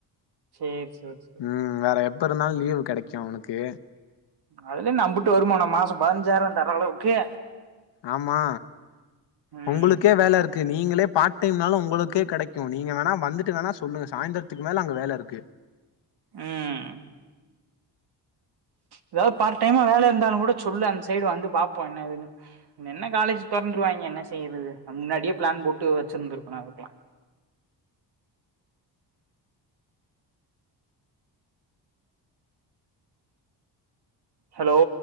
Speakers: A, on the right; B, on the left.
A: சேரி சேரி சேரி
B: ம் வேற எப்ப இருந்தாலு லீவு் கெடக் சா ஒனக்கு
A: அதுல என்ன அம்புட்டு வருமான மாச பதுனஞ்சாய்ர தர அளவுக்கு
B: ஆமா
A: ம்
B: ஒங்களுக்கே வேல இருக்கு நீங்ளே பார்ட் டைம்னாலு உங்களுக்கே கடைக் கு நீங்க வேணா வந்துட்டு வேணா சொல்லுங்க சாய்ந்தரத்துக்கு மேல அங்க வேல இருக்கு
A: ம் ஏதாவ்து பார்ட் டைமா வேல இருந்தாலுங்கூட சொல்லு அந்த சைடு வந்து பாப்போ என்ன ஏதுன்னு என்ன காலேஜ் தொறந்துருவாய்ங்க என்ன செய்யற்து அ முன்னாடியே ப்ளான் போட்டு வச்சிருந்துருக்குணு அதுக்லா ஹலோ